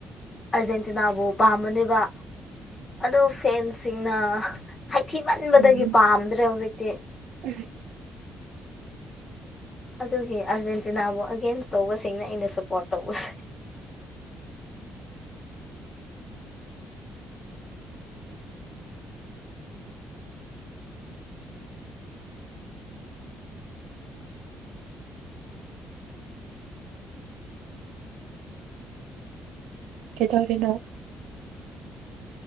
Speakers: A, on the left; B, on the right.
A: ꯑꯥꯔꯖꯦꯟꯇꯤꯅꯥꯕꯨ ꯄꯥꯝꯕꯅꯦꯕ ꯑꯗꯣ ꯐꯦꯟꯁꯤꯡ ꯅ ꯍꯩꯊꯤꯃꯟꯕꯗꯒꯤ
B: ꯎꯝ
A: ꯄꯥꯝꯗ꯭ꯔꯦ ꯍꯧꯖꯤꯛꯇꯤ
B: <inaudible>
A: ꯑꯗꯨꯒꯤ ꯑꯥꯔꯖꯦꯟꯇꯤꯅꯥꯕꯨ ꯑꯒꯦꯟꯁ ꯇꯧꯕꯁꯤꯡꯅ ꯑꯩꯅ ꯁꯄꯣꯔꯠ ꯇꯧꯕ
B: ꯀꯩꯗꯧꯔꯤꯅꯣ